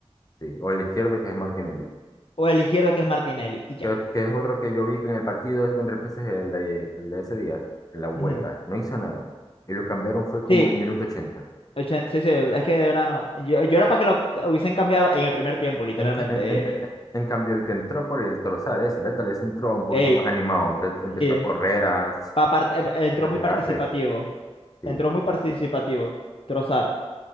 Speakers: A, on the left; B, on the left.
A: Sí, o el izquierdo que es Martinelli.
B: o el izquierdo que es Martinelli, y ya.
A: que, que es otro que yo vi que en el partido es contra el PSG, el de, el de ese día, en la vuelta,
B: Ujú.
A: no hizo nada. Y lo cambiaron fue como
B: Sí,
A: al minuto ochenta
B: Ochen- sí, sí, es que de verdad no. Yo, yo era para que lo hubiesen cambiado en el primer tiempo, literalmente.
A: En, ca- en, en ca-
B: Eh,
A: en cambio, el que entró por el Trozar, ese, Bertal, ese entró un poquito
B: eh,
A: más
B: ey,
A: animado, empe- empezó a correr,
B: sí,
A: a,
B: pa part- eh, entró
A: a regate.
B: muy participativo.
A: Sí,
B: Entró muy participativo, Trozar.